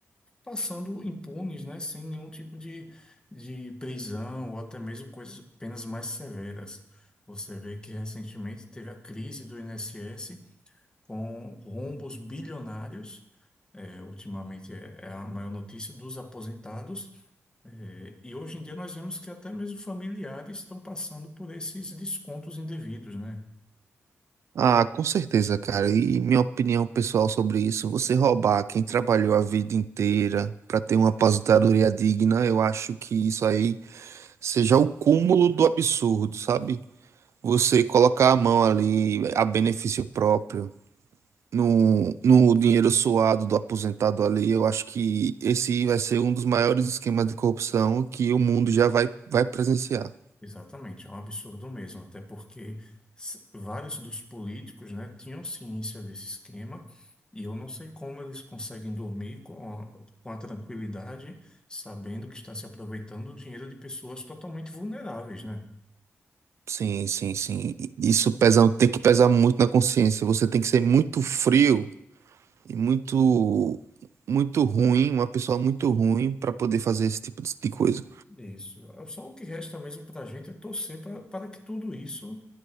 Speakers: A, on the left; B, on the right.
A: passando impunes, né? Sem nenhum tipo de, de prisão ou até mesmo coisas, penas mais severas. Você vê que recentemente teve a crise do INSS com rombos bilionários. É, ultimamente é, é a maior notícia dos aposentados. É, e hoje em dia nós vemos que até mesmo familiares estão passando por esses descontos indevidos, né?
B: Ah, com certeza, cara. E minha opinião pessoal sobre isso, você roubar quem trabalhou a vida inteira para ter uma aposentadoria digna, eu acho que isso aí seja o cúmulo do absurdo, sabe? Você colocar a mão ali a benefício próprio no, no dinheiro suado do aposentado ali, eu acho que esse vai ser um dos maiores esquemas de corrupção que o mundo já vai, vai presenciar.
A: Exatamente, é um absurdo mesmo, até porque s- vários dos políticos, né, tinham ciência desse esquema e eu não sei como eles conseguem dormir com a, com a tranquilidade, sabendo que está se aproveitando do dinheiro de pessoas totalmente vulneráveis, né?
B: Sim, sim, sim. Isso pesa, tem que pesar muito na consciência. Você tem que ser muito frio e muito muito ruim, uma pessoa muito ruim para poder fazer esse tipo de de coisa.
A: Isso. É Só o que resta mesmo para a gente é torcer pra- para que tudo isso,